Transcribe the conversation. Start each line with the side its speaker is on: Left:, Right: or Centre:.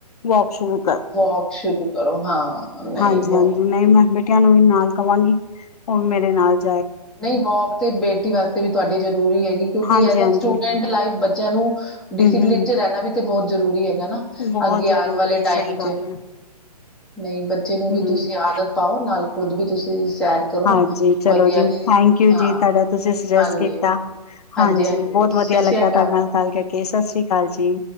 Left: ਵੋਕ ਸ਼ੁਰੂ
Centre: ਵੋਕ ਸ਼ੁਰੂ ਕਰੋ ਹਾਂ। ਨਹੀਂ
Left: ਹਾਂਜੀ-
Centre: ਵੋਕ
Left: ਹਾਂਜੀ ਨਹੀਂ ਮੈਂ ਬਿਟਿਆਂ ਨੂੰ ਵੀ ਨਾਲ ਕਵਾਂਗੀ ਹੋਣ ਮੇਰੇ ਨਾਲ ਚਲ
Centre: ਨਹੀਂ ਵੋਕ ਤੇ ਬੇਟੀ ਵਾਸਤੇ ਵੀ ਤੁਹਾਡੀ ਜ਼ਰੂਰੀ ਹੈ ਕਿ ਕਿਉਂਕਿ
Left: ਹਾਂਜੀ-ਹਾਂਜੀ
Centre: ਐਜ ਆ ਸਟੂਡੈਂਟ ਲਾਈਫ ਬੱਚਿਆਂ ਨੂੰ ਡਿਸਪਲਿਨ
Left: ਹੂੰ-ਹੂੰ
Centre: ਚ ਰਹਿਣਾ ਵੀ ਤੇ ਬਹੁਤ ਜ਼ਰੂਰੀ ਹੈਗਾ ਨਾ
Left: ਬਹੁਤ
Centre: ਅੱਗੇ
Left: ਜ਼ਰੂਰੀ
Centre: ਆਉਣ ਵਾਲੇ
Left: ਹੈ
Centre: ਟਾਈਮ
Left: ਸਹੀ
Centre: ਚ
Left: ਗੱਲ ਹੈ
Centre: ਨਹੀਂ ਬੱਚੇ ਨੂੰ
Left: ਹੂੰ
Centre: ਵੀ ਤੁਸੀਂ ਆਦਤ ਪਾਓ ਨਾਲ ਖੁੱਦ ਵੀ ਤੁਸੀਂ ਸੈਰ ਕਰੋ
Left: ਹਾਂਜੀ, ਚਲੋ
Centre: ਵਧੀਆ
Left: ਜੀ ਥੈਂਕ ਯੂ
Centre: ਹਾਂ
Left: ਜੀ ਤੁਹਾਡਾ ਤੁਸੀਂ ਸੁਜੈਸਟ
Centre: ਹਾਂਜੀ।
Left: ਕੀਤਾ।
Centre: ਹਾਂਜੀ-ਹਾਂਜੀ
Left: ਹਾਂਜੀ, ਬਹੁਤ
Centre: ਸਤਿ
Left: ਵਧੀਆ
Centre: ਸ਼੍ਰੀ
Left: ਲੱਗਾ
Centre: ਅਕਾਲ।
Left: ਤੁਹਾਡੇ ਨਾਲ ਗਲ ਕਰਕੇ। ਸਤਿ ਸ੍ਰੀ ਅਕਾਲ ਜੀ।